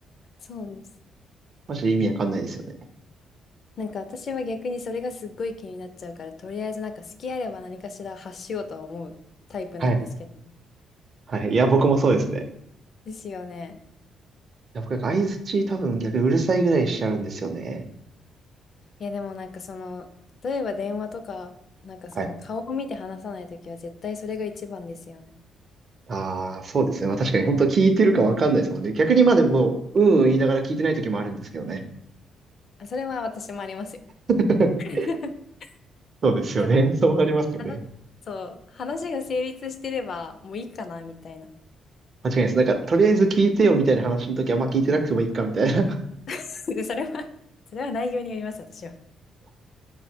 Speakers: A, on the left; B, on the right.
A: そうです。
B: マジで意味わかんないですよね。
A: なんか私は逆にそれがすっごい気になっちゃうから、とりあえずなんか好きあれば何かしら発しようとは思うタイプなんですけど。
B: はい。はいはいいや、僕もそうですね。
A: ですよね。
B: いや、僕、相槌多分逆にうるさいぐらいしちゃうんですよね。
A: いやでもなんかその、例えば電話とか、なんかその顔を見て話さないときは絶対それが一番ですよね。
B: はい。ああ、そうですね。まあ確かに本当聞いてるかわかんないですもんね。逆にまあでも、うんうん言いながら聞いてない時もあるんですけどね。
A: あ、それは私もありますよ。
B: <laughs>
A: <laughs>
B: そうですよね。
A: でも、
B: そうなりますよね。
A: あの、そう、話が成立してればもういいかなみたいな。
B: 間違いないです。なんか、とりあえず聞いてよみたいな話の時は、まあ聞いてなくてもいいかみたいな。<laughs>
A: <laughs> それは、それは内容によります、私は。